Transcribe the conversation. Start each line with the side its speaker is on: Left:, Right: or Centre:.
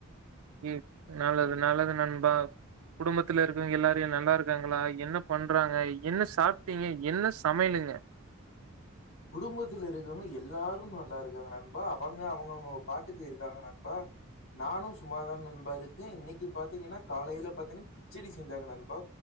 Right: ம் நாலது நாலது நண்பா குடுமத்துல இருக்கவிங்க எல்லாரயு நல்லாருக்காங்களா என்ன பண்றாங்க என்ன சாப்ட்டீங்க என்ன சமைலுங்க
Left: குடுமபத்துல இருக்கவங்க எல்லாரு நல்லாருக்காங்க நண்பா அவங்க அவங்கவுங்கோ பாட்டுக்கு இருக்காங்க நண்பா நானு சும்மாதா நண்பா இருக்க இன்னக்கி பாத்தீங்கனா காலைல பாத்தீன்ன கிச்சடி செஞ்சாங்க நண்பா